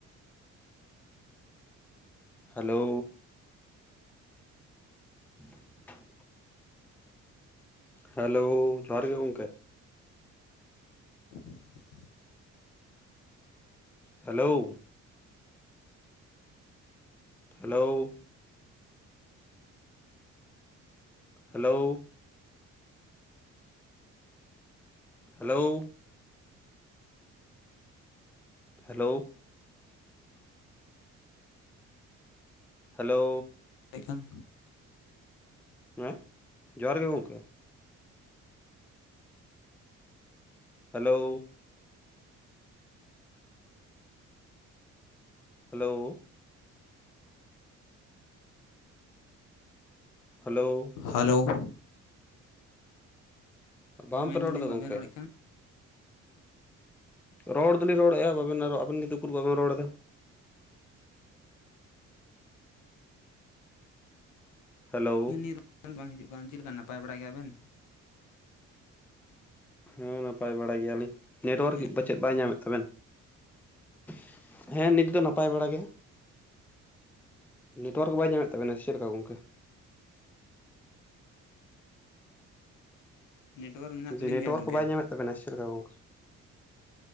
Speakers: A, in the centre; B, on the left (about 80°).
A: Hello. <inaudible> Hello, ᱡᱚᱦᱟᱨ ᱜᱮ ᱜᱚᱝᱠᱮ ᱾
B: <inaudible>
A: Hello. Hello. Hello. Hello. <inaudible> Hello. Hello.
B: ᱛᱮ ᱠᱷᱟᱱ
A: ᱦᱮᱸ <inaudible> ᱡᱚᱦᱟᱨ ᱜᱮ ᱜᱚᱝᱠᱮ ᱾ ᱦᱮᱞᱳᱣ ᱾ ᱦᱮᱞᱳᱣ ᱾ ᱦᱮᱞᱳᱣ ᱾
B: ᱦᱟᱞᱳᱣ ᱾ ᱦᱮᱸ
A: ᱵᱟᱝᱯᱮ
B: ᱢᱮᱱᱫᱟᱞᱤᱧ
A: ᱨᱚᱲ ᱮᱫᱟ
B: ᱵᱟᱵᱮᱱ
A: ᱜᱚᱢᱠᱮ
B: ᱨᱚᱲᱮᱫ ᱠᱟᱱ?
A: ᱨᱚᱲ ᱫᱚᱞᱤᱧ ᱨᱚᱲᱮᱫᱼᱟ ᱵᱟᱵᱮᱱ ᱟᱨ ᱟᱵᱮᱱ ᱜᱮᱛᱚ ᱩᱠᱩᱨ ᱵᱟᱵᱮᱱ ᱨᱚᱲ ᱮᱫᱟ ᱾ ᱦᱮᱞᱳ
B: <unintelligible> ᱵᱟᱝ ᱦᱤᱡᱩᱜ ᱠᱟᱱ ᱪᱮᱫ ᱞᱮᱠᱟ ᱱᱟᱯᱟᱭ ᱵᱟᱲᱟᱭ ᱜᱮᱭᱟᱵᱮᱱ?
A: ᱦᱮᱸ ᱱᱟᱯᱟᱭ ᱵᱟᱲᱟ ᱜᱮᱭᱟᱞᱤᱧ, ᱱᱮᱴᱚᱣᱟᱨᱠ
B: ᱦᱮᱸ
A: ᱯᱟᱪᱮᱫ ᱵᱟᱭ ᱧᱟᱢᱮᱫ ᱛᱟᱵᱮᱱ ᱾ <inaudible> ᱦᱮᱸ ᱱᱤᱛ ᱫᱚ ᱱᱟᱯᱟᱭ ᱵᱟᱲᱟ ᱜᱮ ᱾ ᱱᱮᱴᱳᱣᱟᱨᱠ ᱠᱚ ᱵᱟᱭ ᱧᱟᱢᱮᱫ ᱛᱟᱵᱤᱱᱟ ᱥᱮ ᱪᱮᱫ ᱞᱮᱠᱟ ᱜᱚᱝᱠᱮ?
B: ᱱᱮᱴᱣᱟᱨᱠ ᱢᱮᱱᱟᱜ ᱛᱟᱹᱞᱤᱧ
A: ᱡᱮ ᱱᱮᱴᱳᱣᱟᱨᱠ
B: ᱜᱮᱭᱟ ᱜᱚᱝᱠᱮ
A: ᱠᱚ ᱵᱟᱭ ᱧᱟᱢᱮᱫ ᱛᱟᱵᱮᱱᱟ ᱥᱮ ᱪᱮᱫ ᱞᱮᱠᱟ ᱜᱚᱝᱠᱮ?